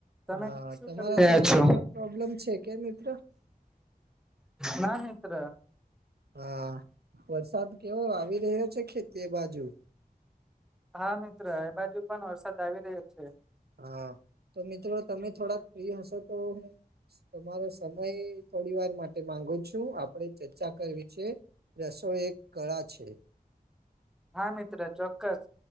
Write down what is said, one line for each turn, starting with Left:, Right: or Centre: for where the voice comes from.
Centre: તમે
Right: હા
Centre: શું
Right: તમારા
Centre: <unintelligible> રહ્યા
Right: ત્યાં
Centre: છો
Right: નેટવર્ક પ્રોબ્લેમ છે કે મિત્ર
Centre: ના મિત્ર
Right: હા વરસાદ કેવો આવી રહ્યો છે ખેતી બાજુ.
Centre: હા મિત્ર એ બાજુ પણ વરસાદ આવી રહ્યો છે.
Right: હા તો મિત્રો તમે થોડાક ફ્રી હશો તો હું. તમારો સમય થોડી વાર માટે માંગુ છું આપ આપણે ચર્ચા કરવી છે, રસોઈ એક કળા છે.
Centre: હા મિત્ર ચોક્કસ